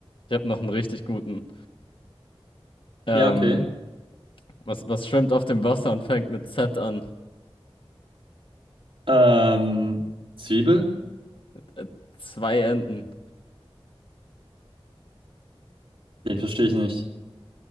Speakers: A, on the left; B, on the right.
A: Ich habe noch einen richtig guten. Ähm,
B: Ja, okay.
A: was, was schwimmt auf dem Wasser und fängt mit Z an?
B: Ähm, Zwiebel?
A: Äh, zwei Enten.
B: Den verstehe ich nicht.